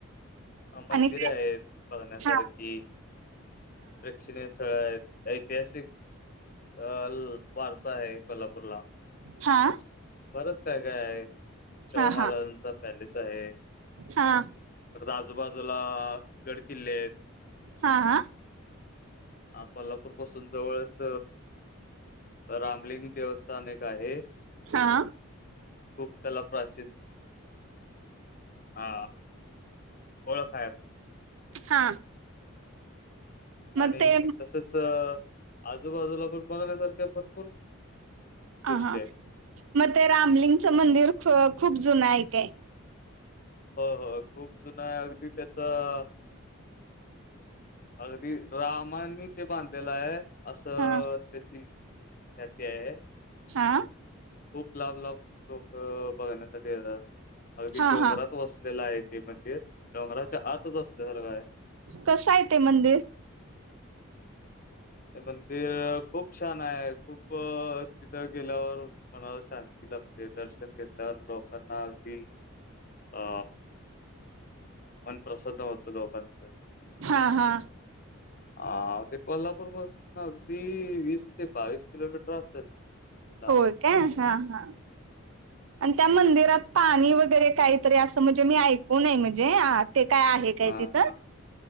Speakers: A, on the left; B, on the right.
A: अ मंदिरे
B: आणि काय
A: आहेत बघण्यासारखी
B: हा
A: प्रेक्षणीय स्थळं आहेत. ऐतिहासिक अ वारसा आहे कोल्हापूरला.
B: हा.
A: बरचं काय काय आहे शाहू
B: हा
A: महाराजांचा
B: हा
A: पॅलेस आहे.
B: हा.
A: आजूबाजूला गडकिल्ले आहेत.
B: हा हा.
A: आ कोल्हापूर पासून जवळच रामलिंग देवस्थान एक आहे.
B: हा.
A: खूप त्याला प्राचीन आ ओळख आहे.
B: हा. मग
A: आणि
B: ते
A: तसेच आजूबाजूला पण बघण्यासारख्या भरपूर गोष्टी
B: अ हा
A: आहेत.
B: मग ते रामलिंगचं मंदिर ख खूप जुन आहे काय?
A: होय होय खूप जुनयं अगदी त्याचं अगदी रामानी ते बांधलेल आहे. असं
B: हा
A: त्याची ख्याती आहे.
B: हा
A: खूप लांब लांबून लोक बघण्यासाठी येतात अगदी
B: हा
A: डोंगरात
B: हा
A: वसलेलं आहे ते मंदिर डोंगराच्या आतच असल्यासारखं आहे.
B: कसयं ते मंदिर?
A: ते मंदिर खूप छान आहे खूप तिथं गेल्यावर मनाला शांती लाभते दर्शन घेतल्यावर लोकांना अगदी अ मन प्रसन्न होत लोकांचं.
B: हा हा.
A: आ ते कोल्हापूर पासून अगदी वीस ते बावीस किलोमीटर असल लांब.
B: होय काय हा हा. आणि त्या मंदिरात पाणी वगैरे काहीतरी असं म्हणजे मी ऐकूनय म्हणजे ते काय आहे? काय
A: हां,
B: तिथं?
A: हां.